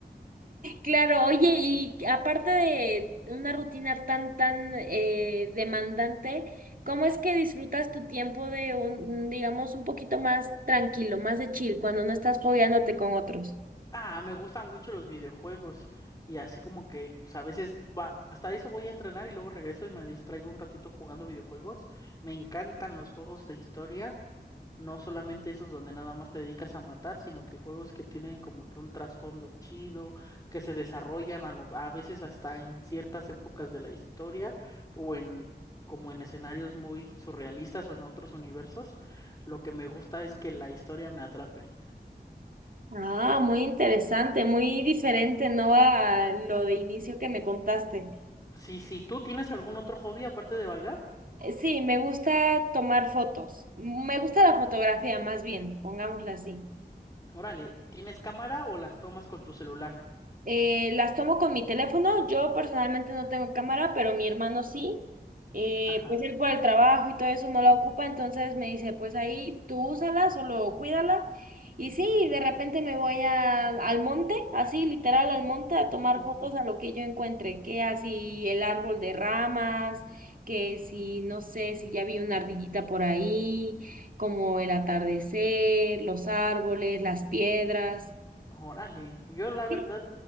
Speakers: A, on the right (about 50°); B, on the left (about 20°).
A: Claro, oye, y aparte de una rutina tan, tan eh, demandante, ¿cómo es que disfrutas tu tiempo de un, digamos, un poquito más tranquilo, más de chill, cuando no estás fogueándote con otros?
B: Ah, me gustan mucho los videojuegos y así como que pues a veces va, hasta eso voy a entrenar y luego regreso y me distraigo un ratito jugando videojuegos. Me encantan los juegos de historia, no solamente esos donde nada más te dedicas a matar, sino que juegos que tienen como que un trasfondo chido, que se desarrollan a, lo- a veces hasta en ciertas épocas de la historia o en como en escenarios muy surrealistas o en otros universos. Lo que me gusta es que la historia me atrape.
A: Ah, muy interesante, muy diferente, ¿no? A lo de inicio que me contaste.
B: Sí, sí, ¿tú tienes algún otro hobby aparte de bailar?
A: Eh, Sí, me gusta tomar fotos. Me gusta la fotografía, más bien, pongámosla así.
B: Órale, ¿tienes cámara o las tomas con tu celular?
A: Eh, las tomo con mi teléfono. Yo personalmente no tengo cámara, pero mi hermano sí. Eh,
B: Ajá.
A: pues él por el trabajo y todo eso no la ocupa, entonces me dice, pues ahí tú úsala, solo cuídala. Y sí, de repente me voy a- al monte, así literal al monte, a tomar
B: sí, sí.
A: fotos a lo que yo encuentre, que así el árbol de ramas, que si no sé si ya vi una ardillita por ahí, como el atardecer, los árboles, las piedras.
B: Órale, yo la verdad
A: Sí.